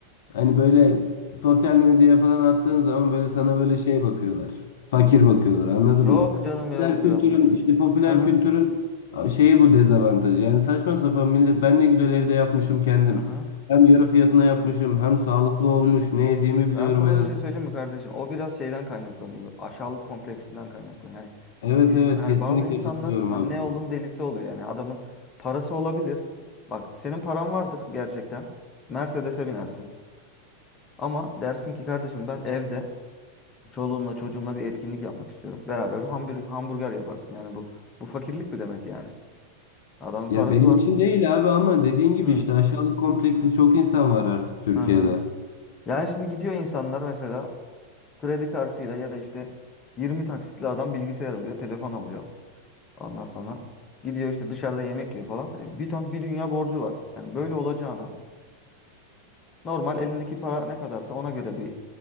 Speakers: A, on the left; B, on the left.
A: Hani böyle sosyal medyaya falan attığın zaman böyle
B: Hı
A: sana
B: hı.
A: böyle şey bakıyorlar. Fakir bakıyorlar anladın
B: Yok
A: mı?
B: canım
A: Popüler
B: Yavuz
A: kültürün
B: ya bunu.
A: işte popüler
B: Aha,
A: kültürün şeyi bu dezavantajı. Yani saçma sapan millet ben ne güzel evde yapmışım kendim.
B: aha.
A: Hem yarı fiyatına yapmışım hem sağlıklı olmuş. Ne yediğimi biliyorum
B: Ben sana
A: en az.
B: bir şey söyleyeyim mi kardeşim? O biraz şeyden kaynaklanıyor. bu Aşağılık kompleksinden kaynaklanıyor. Yani
A: Evet
B: bizim
A: evet
B: yani
A: kesinlikle
B: bazı insanlar
A: katılıyorum
B: yani
A: abi
B: ne
A: sana.
B: oldum delisi oluyor. Yani adamın parası olabilir. Bak senin paran vardır gerçekten. Mercedes'e binersin. Ama dersin ki kardeşim ben evde çoluğumla çocuğumla bir etkinlik yapmak istiyorum. Beraber bir hamburger, hamburger yaparsın. Yani bu bu fakirlik mi demek yani? Adamın
A: Ya
B: parası
A: benim
B: var.
A: için değil abi ama dediğin gibi
B: Hı.
A: işte aşağılık kompleksi çok insan var artık Türkiye'de.
B: Hı hı. Yani şimdi gidiyor insanlar mesela Kredi kartıyla ya da işte 20 taksitli adam bilgisayar alıyor, telefon alıyor. Ondan sonra gidiyor işte dışarıda yemek yiyor falan. E, bir ton bir dünya borcu var. Yani böyle olacağına normal elindeki para ne kadarsa ona göre bir